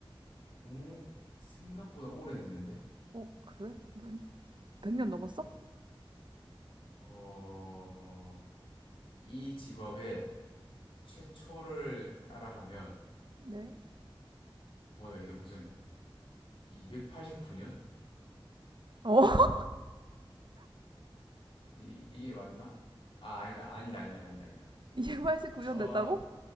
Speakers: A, on the left (about 75°); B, on the right (about 55°).
A: 어? 생각보다 오래됐는데?
B: 어, 그래? 백 100년 넘었어?
A: 어, 이 직업의 최초를 따라가면,
B: 네.
A: 뭐야, 이게 무슨 289년?
B: 어.
A: 이, 이게 맞나? 아, 아니다, 아니다, 아니다, 아니다, 아니다.
B: 2 8 9 구현됐다고?
A: 저,